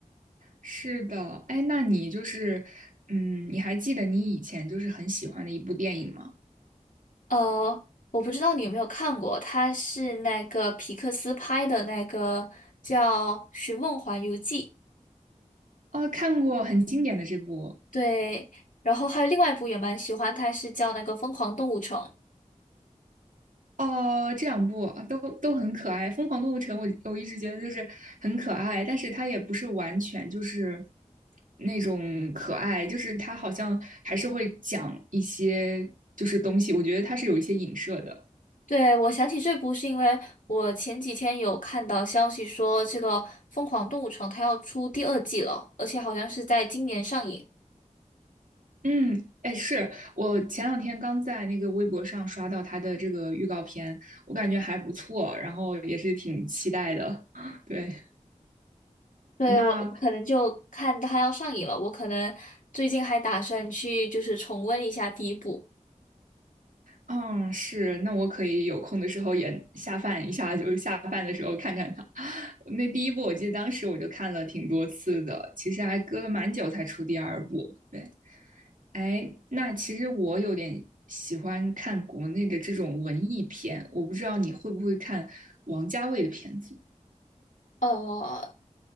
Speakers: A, on the right (about 80°); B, on the left (about 80°).
A: 是的，哎，那你就是，嗯，你还记得你以前就是很喜欢的一部电影吗？
B: 呃，我不知道你有没有看过，它是那个皮克斯拍的那个叫《寻梦环游记》，
A: 哦，看过很经典的这部
B: 对，然后还有另外一部也蛮喜欢，它是叫那个《疯狂动物城》。
A: 哦，这两部都都很可爱，《疯狂动物城》我我一直觉得就是很可爱，但是它也不是完全就是那种可爱，就是它好像还是会讲一些就是东西，我觉得它是有一些影射的。
B: 对，我想起这部是因为我前几天有看到消息说这个《疯狂动物城》它要出第二季了，而且好像是在今年上映。
A: 嗯，哎，是我前两天刚在那个微博上刷到它的这个预告片，我感觉还不错，然后也是挺期待的。<laughs> 对，
B: 对，
A: 那
B: 我我可能就看它要上映了，我可能最近还打算去就是重温一下第一部。
A: 嗯，是，那我可以有空的时候也下饭一下，就是下饭的时候看看它。<laughs> 那第一部我记得当时我就看了挺多次的，其实还隔了蛮久才出第二部。对，哎，那其实我有点喜欢看国内的这种文艺片，我不知道你会不会看王家卫的片子。
B: 哦，